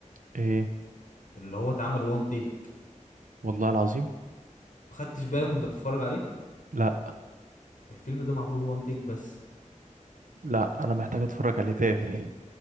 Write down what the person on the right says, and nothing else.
ايه
والله العظيم
لا
لا انا محتاج اتفرج عليه تاني